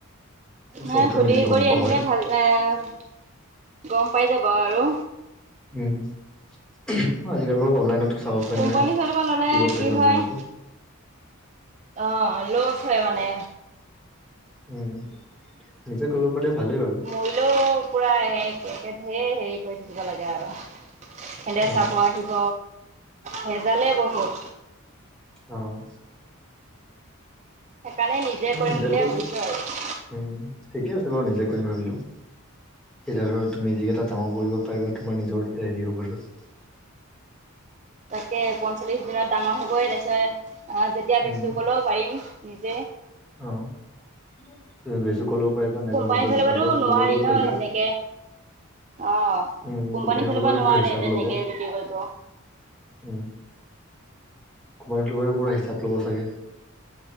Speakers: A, on the right (about 30°); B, in the centre.
A: নাই
B: চব ধৰ
A: সুধি
B: নিজে গম
A: কৰি
B: পোৱা
A: আহিলে
B: হয়
A: ভাল অ' গম পাই যাব আৰু।
B: উম, উহু আজিকালি বাৰু অনলাইনতে চাব পাৰি
A: কোম্পানীৰ
B: নহয়
A: ফালৰ পৰা ল'লে
B: শিকিব
A: কি
B: পাৰি অনলাইনতো
A: হয় অ' লছ হয় মানে।
B: উম, নিজে কৰিব পাৰে ভালেই বাৰু।
A: হ'লেও পুৰা এক ধেৰ হেৰি কৰি থাকিব লাগে আৰু সিহঁতে
B: অ
A: চাব আহিব ভেজালেই বহুত।
B: অ'
A: সেইকাৰণে নিজে
B: অ
A: কৰিম বুলিয়ে
B: কৰি
A: ভাবিছোঁ আৰু।
B: উম, ঠিকে আছে বাৰু নিজে কৰিম ভাবিলেও। এতিয়া ধৰা তুমি যিকেইটা ডাঙৰ কৰিব পাৰিবা তোমাৰ নিজৰ এ হেৰি হ'ব ধৰ।
A: তাকে পঞ্চল্লিছ দিনত ডাঙৰ হ'ব তাৰপিছত যেতিয়া
B: উম,
A: বেচিবলৈ পাৰিম নিজে।
B: অ' বেছি ক'লেও পাৰিবা নাইবা
A: কোম্পানীৰ
B: নিজৰ
A: ফালৰ
B: দোকান
A: পৰাটো
B: চোকান খুলি
A: নোৱাৰি
B: ক'লেও
A: ন'
B: পাৰিবা।
A: সেনেকে? অ'
B: উম,
A: কোম্পানীৰ ফালৰ
B: পৰাতো
A: পৰা নোৱাৰে
B: পুৰা হিচাপ
A: তেনেকে
B: ল'ব।
A: বিক্ৰী কৰিব।
B: উম, কোম্পানীৰ ফালৰ পৰা পোৰা হিচাপ ল'ব চাগে?